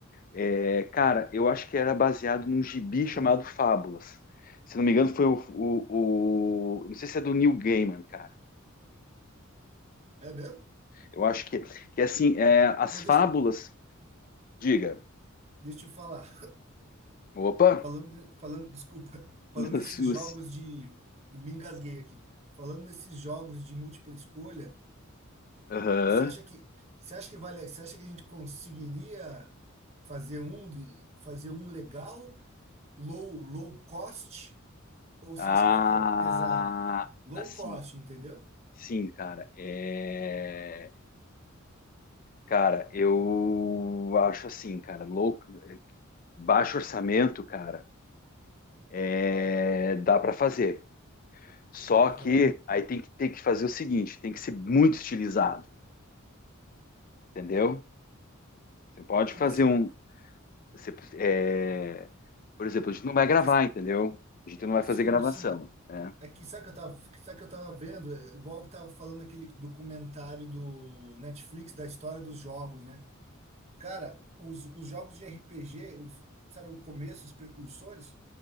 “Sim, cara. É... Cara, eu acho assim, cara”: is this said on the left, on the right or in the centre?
Left